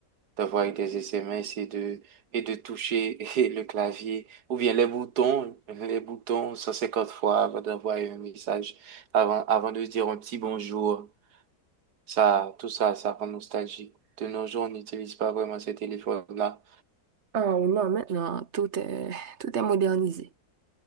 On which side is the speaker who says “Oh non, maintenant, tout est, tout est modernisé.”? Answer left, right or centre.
Right